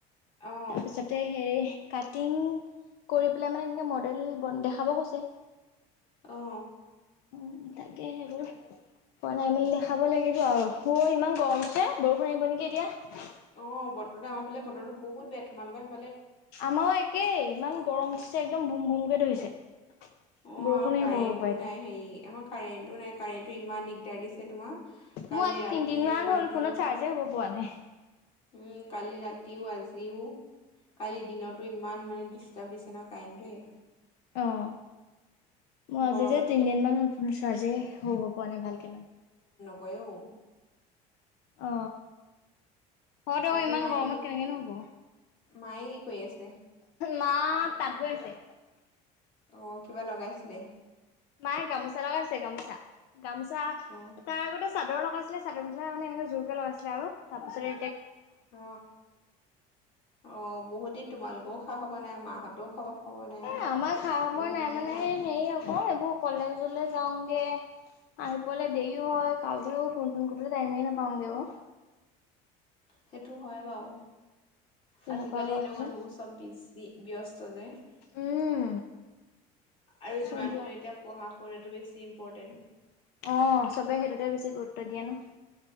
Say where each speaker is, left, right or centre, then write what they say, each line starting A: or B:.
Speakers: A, on the left (about 35°); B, on the left (about 70°).
A: অ
B: তাৰপিছতে হেৰি কাটিং কৰি পেলাই মানে এনেকে মডেলন দেখাব কৈছে।
A: আহ
B: উম, তাকে সেইবোৰ। পোৱা নাই মেলি দেখাব লাগিব আৰু শু ইমান গৰমছে বৰষুণ আহিব নেকি এতিয়া?
A: অ বতৰটো আমাৰ ফালে বতৰটো বহুত বেয়া। তোমালোকে হে
B: আমাৰ একেই ইমান গৰম উঠিছে একদম বুম ভুমকে ধৰিছে।
A: অ
B: বৰষুণ
A: আৰু
B: আহিব
A: কাৰেণ্টটোও
B: হপাই এতিয়া
A: নাই, হেৰি আমাৰ কাৰেণ্টটো নাই কাৰেণ্টো ইমান দিগদাৰ দিছে। তোমাৰ কালি
B: মোৰ আজি
A: ৰাতিও
B: তিনদিন মান হ'ল।
A: আজিও
B: ফোনত চাৰ্জে হ'ব পোৱা নাই।
A: উম কালি ৰাতিও আজিও। কালি দিনতো ইমান মানে ডিষ্টাৰ্ব দিছে ন কাৰেণ্টোৱে।
B: অহ। মই আজি
A: গৰমতে
B: যে তিনদিন মান হল, ফনৰ চাৰ্জে হব পৰা নাই ভালকে মানে।
A: কয়ওঁ।
B: অ হয়তো
A: বাকী
B: আকৌ ইমান
A: মায়ে
B: গৰমত
A: কি
B: কেনেকে নু হ'ব।
A: মায়ে কি কৰি আছে
B: মা তাত বৈ আছে।
A: অ কিবা লগাইছিলে?
B: মায়ে গামোচা লগাইছে গামোচা গামোচা।
A: অ
B: তাৰ আগতে চাদৰ লগাইছিলে। চাদৰ মেখেলা মানে এনেকে জোৰ কে লগাইছিলে আৰু তাৰ পিছত এ।
A: অ অ বহুত দিন তোমালোকেও খা খবৰ নাই মাহঁতেও খবৰ, খবৰ নাই
B: এ আমাৰ খা
A: মই
B: সময়
A: বোলো
B: নাই
A: কি
B: মানে
A: হয়
B: হেৰি আকৌ এইবোৰ কলেজলৈ যাওঁগে। আহি পেলাই দেৰিও হয়, কাকো ফোন চোন কৰিবলৈ টাইমেই নাপাওঁগে অ।
A: সেইটো হয় বাও
B: তেনেকুৱা
A: আজিকালি
B: হয়
A: এনেও
B: যে
A: মানুহবোৰ চব বি--জি ব্যস্ত যে--আৰু
B: উম চব
A: যিমান হলেও এতিয়া পঢ়া শু কৰাটো বেছি ইম্পট্ৰেণ।
B: অ চবে সেইটোতে বেছি গুৰুত্ব দিয়া ন